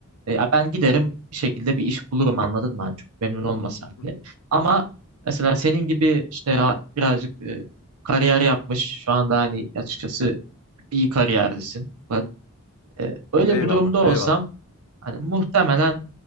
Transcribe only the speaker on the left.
Hı hı.
Eyvallah,
eyvallah.